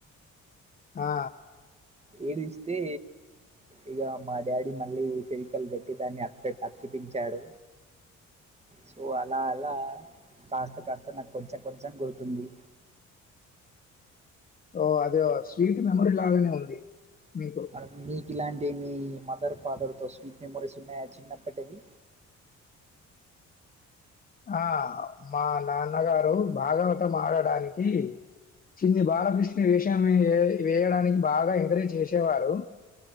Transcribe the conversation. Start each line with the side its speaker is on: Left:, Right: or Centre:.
Left: ఆ!
Right: ఏడిస్తే ఇగ మా డాడీ మళ్ళీ ఫెవికాల్ పెట్టి దాన్ని అత్కవెట్టి ంచాడు సో అలా అలా కాస్త కాస్త నాకు కొంచం కొంచం గుర్తుంది
Left: ఓ అది స్వీట్ మెమోరీ లాగానే ఉంది మీకు.
Right: అ మీ ఇలాంటి మీ మదర్ ఫాదర్తో స్వీట్ మెమోరీస్ ఉన్నాయ చిన్నప్పటివి
Left: ఆ మా నాన్నగారు భాగవతం ఆడడానికి చిన్ని బాలకృష్ణ వేషయం వే వేయడానికి బాగా ఎంకరేజ్ చేసేవారు